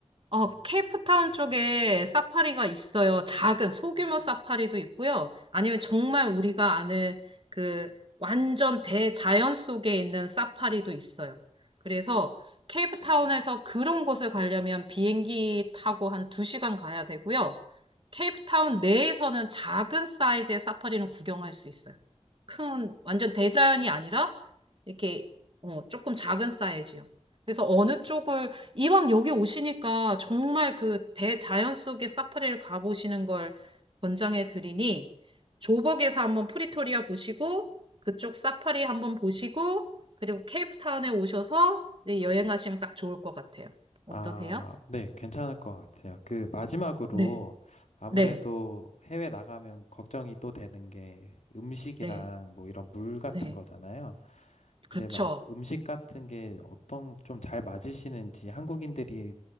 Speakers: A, on the right; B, on the left.
A: 어, 케이프타운 쪽에 사파리가 있어요. 작은 소규모 사파리도 있고요. 아니면 정말 우리가 아는 그 완전 대자연 속에 있는 사파리도 있어요. 그래서 케이프타운에서 그런 곳을 가려면 비행기 타고 한 두 시간 가야 되고요. 케이프타운 내에서는 작은 사이즈의 사파리는 구경할 수 있어요. 큰, 완전 대자연이 아니라 이렇게 어, 조금 작은 사이즈요. 그래서 어느 쪽을 이왕 여기 오시니까 정말 그 대자연 속의 사파리를 가보시는 걸 권장해 드리니 조벅에서 한번 프리토리아 보시고 그쪽 사파리 한번 보시고 그리고 케이프타운에 오셔서 네, 여행하시면 딱 좋을 것 같아요. 어떠세요?
B: 아, 네, 괜찮을 것 같아요. 그 마지막으로
A: 네,
B: 아무래도
A: 네,
B: 해외 나가면 걱정이 또 되는 게 음식이랑
A: 네,
B: 뭐 이런 물 같은
A: 네.
B: 거잖아요.
A: 그렇죠.
B: 근데 막 음식 같은 게 어떤 좀 잘 맞으시는지 한국인들이